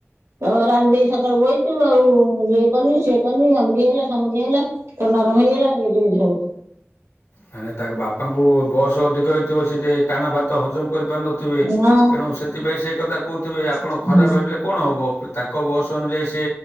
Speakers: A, on the right; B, on the left.
A: କହିବ ରାନ୍ଧିଦେଇ ସକାଳୁ ପଳେଇଚି ଚି ଆଉ। ଇଏ କରିନି ସିଏ କରିନି ଅମକି ହେଲା ସମକି ହେଲା ତ ନରମ ହେଇଗଲା ଗେଜେଗେଜେ ହବ।
B: ଆ ନାଇଁ ତାଙ୍କ ବାପାଙ୍କୁ ବୟସ ଅଧିକ ହେଇଥିବ ସେଇଟେ ଟାଣ ଭାତ ହଜମ କରିପାରୁନଥିବେ
A: ନା
B: ତେଣୁ ସେଥିପାଇଁ ସେ ଏକଥା କହୁଥିବେ ଆପଣ
A: ହୁଁ।
B: ଖରାପ ଭାବିଲେ କଣ ହବ। ତାଙ୍କ ବୟସ ଅନୁଯାୟୀ ସେ